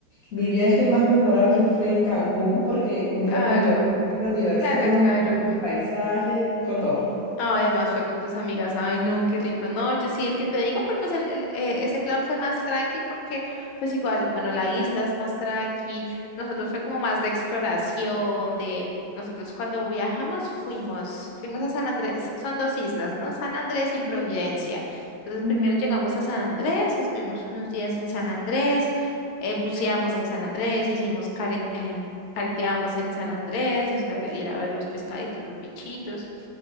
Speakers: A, on the left (about 65°); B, on the left (about 80°).
A: mi viaje más memorable fue en Cancún, porque cumplió
B: Claro,
A: con todo. Cumplió con diversión,
B: claro, claro.
A: cumplió con paisaje, con todo.
B: Ah, además fue con tus amigas. Ay, no, qué rico. No, yo sí, el que te digo, pero pues el, el, eh, ese plan fue más tranqui porque pues igual, bueno, la isla es más tranqui. Nosotros fue como más de exploración, de nosotros cuando viajamos fuimos, fuimos a San Andrés, son dos islas, ¿no? San Andrés y Providencia.
A: Ujú,
B: Entonces primero
A: ujú,
B: llegamos a San Andrés, estuvimos unos días en San Andrés, eh, buceamos en San Andrés, hicimos care- em, careteamos en San Andrés, o sea, ir a ver los pescaditos, los bichitos.